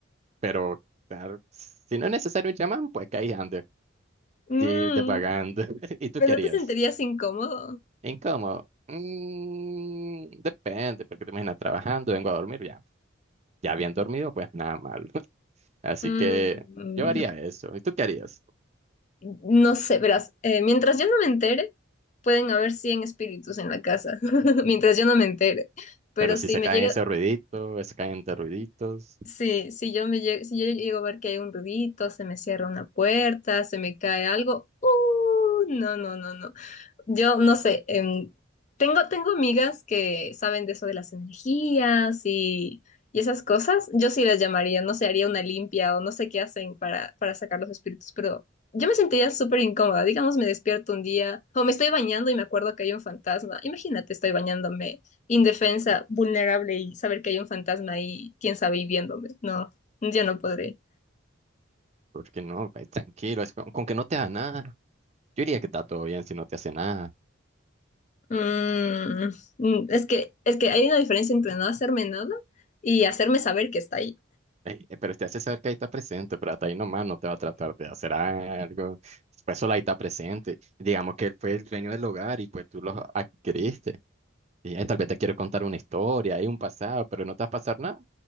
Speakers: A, on the right; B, on the left.
A: Pero claro, si no es necesario un chamán, pues que ahí ande,
B: Mm,
A: y divagando. <laughs> ¿Y tú
B: pero
A: querías?
B: no te sentirías incómodo.
A: Incómodo. Mm, depende, porque te imaginas trabajando, vengo a dormir, ya. Ya bien dormido, pues nada mal. <laughs> Así
B: Mm,
A: que yo haría eso. ¿Y tú qué harías?
B: No sé, verás, eh, mientras yo no me entere, pueden haber 100 espíritus en la casa, <laughs> mientras yo no me entere. Pero
A: Pero si
B: si
A: se
B: me
A: caen
B: llega,
A: ese ruidito, se caen de ruiditos,
B: sí, si yo me lle- si yo llego a ver que hay un ruidito, se me cierra una puerta, se me cae algo, ¡uh! no, no, no, no. Yo no sé, em, tengo, tengo amigas que saben de eso de las energías y, y esas cosas. Yo sí las llamaría, no sé, haría una limpia o no sé qué hacen para, para sacar los espíritus, pero yo me sentiría súper incómoda. Digamos, me despierto un día o me estoy bañando y me acuerdo que hay un fantasma. Imagínate, estoy bañándome indefensa, vulnerable y saber que hay un fantasma ahí, quién sabe, y viéndome. No, yo no podré.
A: porque no, Pues, tranquilo, es con, con que no te haga nada. Yo diría que está todo bien si no te hace nada.
B: Mm, mm, es que, es que hay una diferencia entre no hacerme nada y hacerme saber que está ahí.
A: Ey, eh, pero te hace saber que ahí está presente, pero hasta ahí nomás no te va a tratar de hacer algo. Pues solo ahí está presente. Digamos que él fue el dueño del hogar y pues tú lo adquiriste. Y eh, tal vez te quiero contar una historia y un pasado, pero no te va a pasar nada.